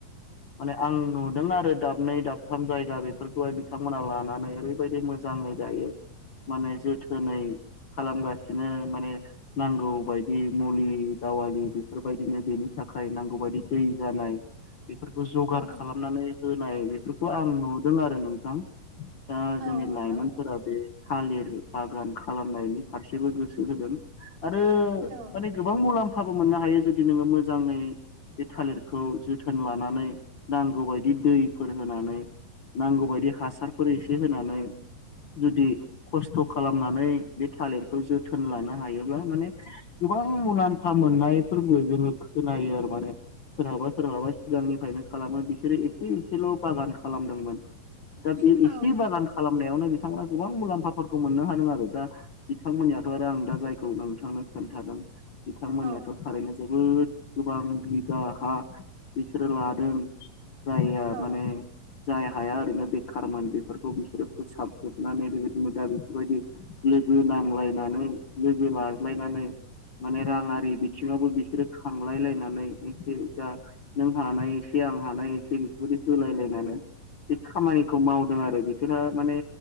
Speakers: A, on the left; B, on the right.
A: माने आं नुदों आरो दाबनै दाबथाम जायगा बेफोरखौहाय बिथांमोना लानानै ओरैबायदि मो जाङै गायो माने जोथोनै खालामगासिनो माने नांगौ बायदि मुलि दावालि बेफोरबायदिनो बेनि थाखाय नांगौ बायदि दै जानाय बेफोरखौ जगार
B: औ
A: खालामनानै होनाय बेफोरखौ आं नुदों आरो नोंथां दा
B: औ
A: जोंनि
B: नंगौ
A: लाइमोनफोरा बे थालिर बागानखौ खालामनायनि फारसेबो गोसो होदों आरो
B: औ
A: माने गोबां मुलामफा फाबो मोननो हायो जुदि नोङो मोजाङै बे थालिरखौ जोथोन लानानै नांगौ बायदि दैफोर होनानै नांगौबादि हासारफोर एसे होनानै जुदि खस्थ' खालामनानै बे थालिरखौ जोथोन लानो हायोब्ला माने गोबां मुलाम्फा मोननायफोरबो जोङो खोनायो आरो माने सोरहाबा सोरहाबा सिगांनिफ्रायनो खालामो बिसोरो एसे एसेल' बागान खालामो दा बे
B: औ
A: एसे बागान खालामनायावनो बिथांमोना गोबां मुलाम्फाफोरखौ मोननो हादों आरो दा बिथांमोननियाथ' आरो आं दा जायखौ नोंथांनो खोन्थादों बिथांमोननियाथ'
B: औ
A: थारैनो जोबोद गोबां बिगा हा बिसोरो लादों जायहा
B: औ
A: माने जाय हाया ओरैनो बेखारमोन बेफोरखौ बिसोरो फोसाबजोबनानै बेबायदिनो दा बेफोरबायदि लोगो नांलायनानै लोगो लाज्लायनानै माने राङारि बिथिङावबो बिसोरो खांलाय लायनानै एसे जा नों हानाय एसे आं हानाय एसे बेफोरबायदि होलायलायनानै बे खामानिखौ मावदों आरो बिसोरहा माने